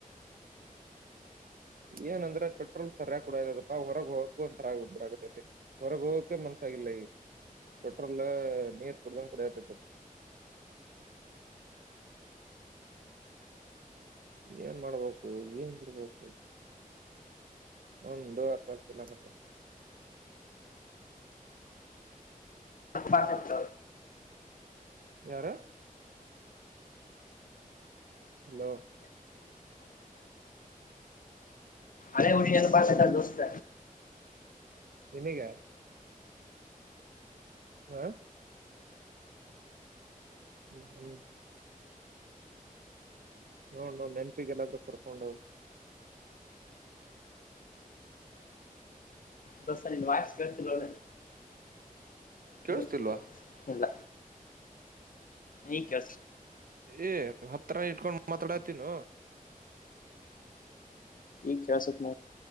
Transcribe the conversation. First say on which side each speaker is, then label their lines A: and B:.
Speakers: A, on the right (about 75°); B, on the left (about 70°).
A: ಏನಂದ್ರೆ ಪೆಟ್ರೋಲ್ ಸರಿಯ ಕೂಡದಪ್ಪ ಹೊರಗ್ ಹೋಗಕಕ್ ಒಂಥರಡೈತಿ ಹೊರಗ್ ಹೋಗಕೆ ಮನ್ಸ ಇಲ್ಲೆ ಪಟೋಲ್ ನೀರ್ ಕೊಡುತ ಕಡ್ದಕ್ಕ ಏನ್ ಮಾಡ್ಬೇಕು ಏನ್ ಬಿಡ್ಬೇಕು ಹಂದುತಲ್ಲ ಮ
B: ಹಪಾಸಕ್
A: ಯಾರು ಹಲೋ
B: ಅ ಉಳ ಎಏಪತಾ ದೋಸ್ತ
A: ಇನಗ ಹಾ ಹ್ಮ್ ಹ್ಮ್ ನೋಡ್ ನೋ ನೆನಪಿಗೆ ಎಲ್ಲಾದ್ರೂ ಕರ್ಕೊಂಡೋಗ
B: ದಸ ನಿ ವಸ್ ಗತಿ ನೋಡ
A: ಕೇಳಿಸ್ತಿಲ್ವಾ
B: ಹ ಇಲ್ಲ ಈ ಕೆಸ
A: ಏ ಹತ್ರರ ಇಟ್ಕೊಂಡ್ ಮಾತಾಡತಿನ
B: ಈ ಕಸಪ್ಮ